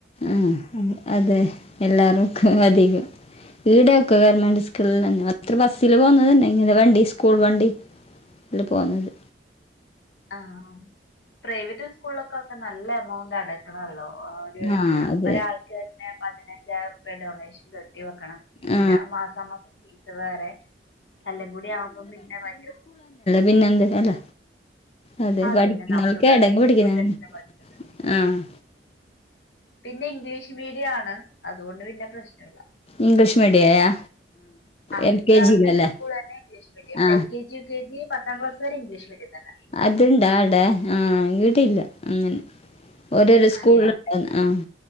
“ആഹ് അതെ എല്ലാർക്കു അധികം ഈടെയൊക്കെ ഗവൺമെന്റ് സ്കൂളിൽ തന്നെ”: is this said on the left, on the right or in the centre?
Left